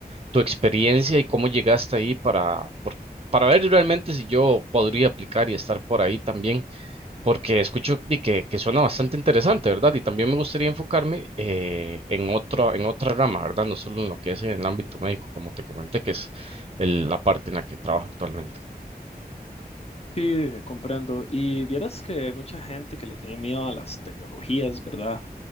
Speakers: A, on the right; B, on the left.
A: tu experiencia y cómo llegaste ahí para, por- para ver realmente si yo podría aplicar y estar por ahí también? porque escucho di que, que suena bastante interesante, ¿verdad? Y también me gustaría enfocarme eh, en otro, en otra rama, ¿verdad? No solo en lo que es en el ámbito médico, como te comenté, que es el- la parte en la que trabajo actualmente.
B: Sí, comprendo. Y vieras que hay mucha gente que le tiene miedo a las tecnologías, ¿verdad?